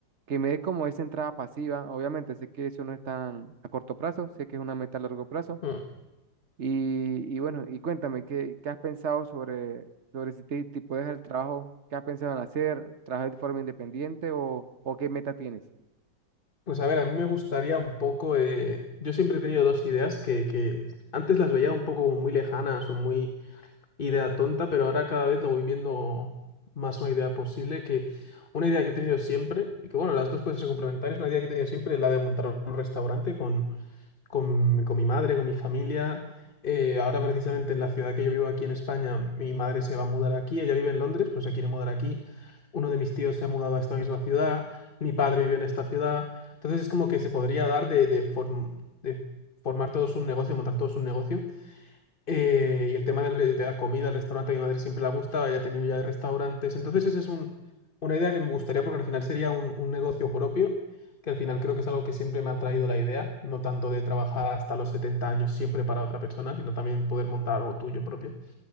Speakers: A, on the right; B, on the left.
A: que me dé como esa entrada pasiva. Obviamente sé que eso no es tan a corto plazo, sé que es una meta a largo plazo,
B: mm.
A: y, y bueno, y cuéntame, ¿qué, qué has pensado sobre, sobre si te, te puedes dejar el trabajo? ¿Qué has pensado en hacer? ¿Trabajar de forma independiente o, o qué meta tienes?
B: Pues a ver, a mí me gustaría un poco... eh, Yo siempre he tenido dos ideas que, que antes las veía un poco como muy lejanas o muy idea tonta, pero ahora cada vez lo voy viendo más una idea posible que una idea que he tenido siempre, y que bueno, las dos pueden ser complementarias, una idea que he tenido siempre es la de montar un restaurante con, con, mi con mi madre, con mi familia. Eh, ahora precisamente en la ciudad que yo vivo aquí en España, mi madre se va a mudar aquí, ella vive en Londres, pero se quiere mudar aquí. Uno de mis tíos se ha mudado a esta misma ciudad, mi padre vive en esta ciudad. Entonces es como que se podría dar de, de, form- de formar todos un negocio, montar todos un negocio eh, y el tema del re- de la comida, el restaurante, a mi madre siempre le gusta, ella ha tenido ya restaurantes. Entonces, esa es un- una idea que me gustaría porque al final sería un, un negocio propio, que al final creo que es algo que siempre me ha traído la idea, no tanto de trabajar hasta los 70 años siempre para otra persona, sino también poder montar algo tuyo propio.